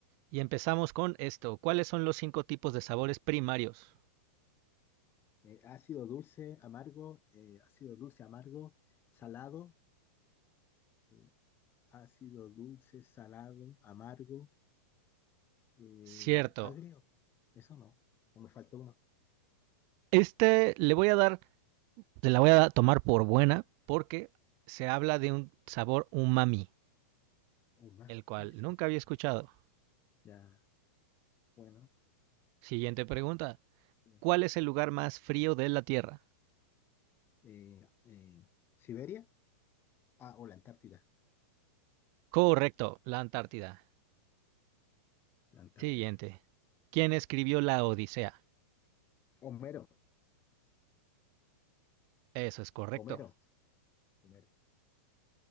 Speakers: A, on the right; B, on the left.
A: Y empezamos
B: Ya.
A: con esto. ¿Cuáles son los cinco tipos de sabores primarios?
B: Eh, ácido dulce, amargo, eh, ácido dulce, amargo, salado, eh, ácido dulce, salado, amargo, eh,
A: Cierto.
B: agrio. Eso no. O me faltó uno,
A: Este le voy a dar, le la voy a tomar por buena porque se habla de un sabor umami,
B: uno más.
A: el cual
B: ¿Qué es?
A: nunca había escuchado.
B: Ya, bueno.
A: Siguiente pregunta.
B: eh,
A: ¿Cuál es el lugar más frío de la Tierra?
B: eh, eh, ¿Siberia? Ah, o la Antártida.
A: Correcto, la Antártida.
B: La Antártida.
A: Siguiente. ¿Quién escribió la Odisea?
B: Homero,
A: Eso es correcto.
B: Homero, Homero.